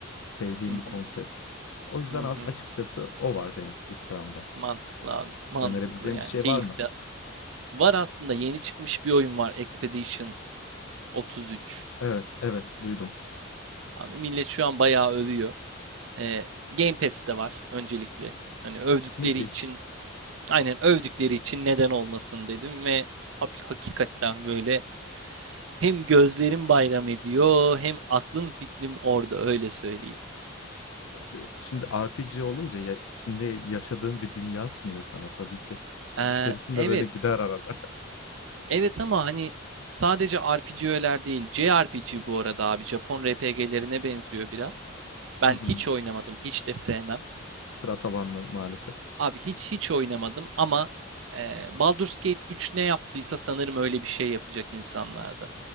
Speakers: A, on the left; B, on the right.
A: sevdiğim
B: Hı hı.
A: bir konsept. O yüzden
B: Hı
A: az
B: hı.
A: açıkçası o var benim ilk sıramda.
B: Mantıklı abi. Mantıklı
A: Önerebileceğim
B: yani.
A: bir şey
B: Keyifte.
A: var mı?
B: Var aslında yeni çıkmış bir oyun var. Expedition 33.
A: Evet, evet duydum.
B: Abi millet şu an bayağı övüyor. Ee, Game Pass'te var öncelikle. Hani övdükleri
A: Müthiş.
B: için aynen övdükleri için neden olmasın dedim ve hak- hakikaten böyle Hem gözlerim bayram ediyor, hem aklım fikrim orada öyle söyleyeyim.
A: Iıı, Şimdi RPG olunca ya, şimdi yaşadığım bir dünya sunuyor sana tabii ki. Gün
B: Ee,
A: içerisinde
B: evet.
A: böyle gider arada. <laughs>
B: Evet ama hani sadece RPG'ler değil, JRPG bu arada abi. Japon RPG'lerine benziyor biraz. Ben
A: Hı hı.
B: hiç oynamadım, hiç de sevmem.
A: Sıra tabanlı maalesef.
B: Abi hiç hiç oynamadım ama e, Baldur's Gate 3 ne yaptıysa sanırım öyle bir şey yapacak insanlarda.